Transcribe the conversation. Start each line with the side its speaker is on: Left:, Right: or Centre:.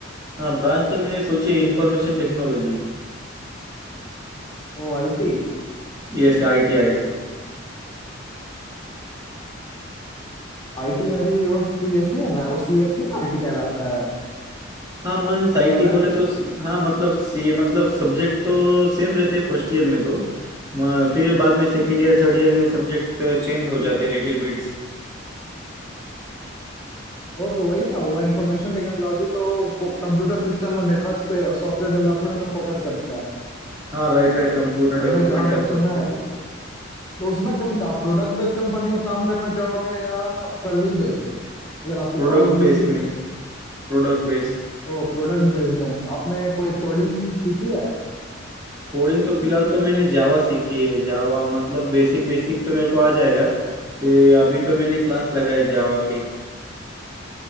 Right: हाँ ब्रांच तो मैंने सोची है information technology
Left: ओ आई टी
Right: Yes I T I T
Left: आई टी में भी वो सीएससी है ना वो सीएससी ना आई टी कहलाता है
Right: हाँ मतलब मीन्स
Left: तो
Right: आई
Left: वो
Right: टी
Left: अलग
Right: बोले
Left: है
Right: तो सी- हाँ मतलब सी मतलब सब्जेक्ट तो सेम रहते हैं फर्स्ट ईयर में तो म- फिर बाद में सेकंड ईयर थर्ड ईयर में सब्जेक्ट चेंज हो जाते हैं लिटिल बिट्स
Left: वो तो वही ना हुआ इंफॉर्मेशन टेक्नोलॉजी तो कंप्यूटर सिस्टम और नेटवर्क पे और सॉफ्टवेयर डेवलपमेंट पे फोकस करता है
Right: हाँ right right computer
Left: मैंने
Right: development
Left: जहां
Right: and
Left: तक
Right: software
Left: सुना है तो उसमें कौन सा आप प्रोडक्ट बेस्ड कंपनी में काम करना चाहोगे या सर्विस बेस्ड अगर आपको
Right: Product
Left: जॉब मिलेगी
Right: base में
Left: तो
Right: Product base
Left: ओ प्रोडक्ट बेस्ड में तो आपने कोई कोडिंग सीखी है
Right: कोडिंग तो फिलहाल तो मैंने जावा सीखी है जावा मतलब बेसिक बेसिक तो मेरे को आ जाएगा फिर अभी तो मैंने क्लास लगाए जावा के